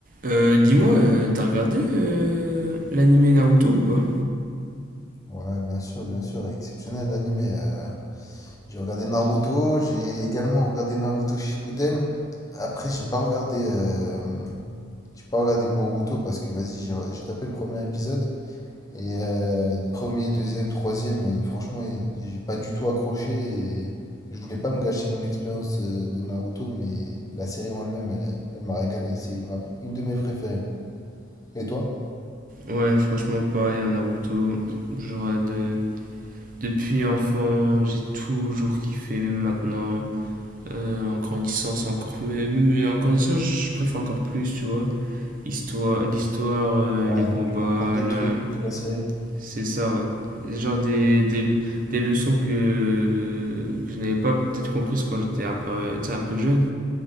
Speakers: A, on the right; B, on the left.
A: Euh, dis-moi, euh, t'as regardé euh, l'animé Naruto ou pas?
B: Ouais, bien sûr, bien sûr, exceptionnel l'animé. euh. J'ai regardé Naruto, j'ai également regardé Naruto Shippuden. Après, j'ai pas regardé, euh, j'ai pas regardé Boruto parce que vas-y, j'ai j'ai tapé le premier épisode et euh, premier, deuxième, troisième et franchement, j'ai pas du tout accroché et je voulais pas me gâcher mon expérience euh, de Naruto, mais la série en elle-même, elle, elle m'a régalé. C'est ma pr- une de mes préférées. Et toi?
A: Ouais, franchement, pareil, un Naruto. Genre, euh, de... depuis enfant, j'ai toujours kiffé, même maintenant. Euh, en grandissant, c'est encore. Mais, même en grandissant, je je préfère encore plus, tu vois. Histoire, l'histoire, euh,
B: Ouais,
A: les combats,
B: tu comprends d'autres
A: la...
B: trucs de la série.
A: c'est ça, ouais. Genre des, des, des leçons que, que je n'avais pas peut-être comprises quand j'étais un peu, tu sais, un peu jeune.